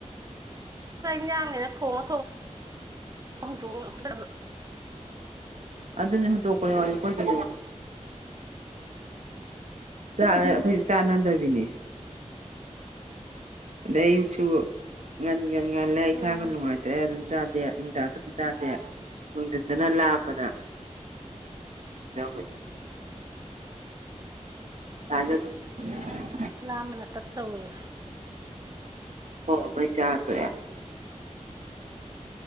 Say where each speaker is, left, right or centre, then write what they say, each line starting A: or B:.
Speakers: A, on the right; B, on the right.
A: ꯀ ꯌꯥꯝꯃꯦꯅ ꯊꯣꯡꯉꯣ ꯊꯣꯡꯉ ꯑ ꯇꯅ
B: ꯏꯗꯅꯦ ꯍ ꯇꯀꯔ ꯋꯥꯦꯖꯅꯦ <unintelligible> ꯑꯩꯈꯣꯏꯁꯨ ꯆꯥꯟꯅꯗꯕꯤꯅꯦ ꯑꯗꯩ ꯑꯌꯨꯛꯁꯨ ꯉꯟ ꯉ ꯉꯜꯂꯦ ꯏꯁꯥꯒ
A: ꯎꯝ
B: ꯅꯨꯡꯉꯥꯏꯇ꯭ꯔꯦ ꯑꯗꯨꯝ ꯆꯥꯗꯦ ꯗꯥꯡ ꯆꯥꯗꯦ ꯅꯨꯡꯊꯤꯟꯗꯅ ꯂꯥꯛꯑꯝꯕꯗ ꯏꯅ
A: ꯎ
B: ꯍꯥꯏꯦ ꯑꯗꯨ
A: ꯂꯃ ꯂ ꯇ ꯇꯧꯋꯦ
B: ꯍ ꯃ ꯆꯥ ꯇ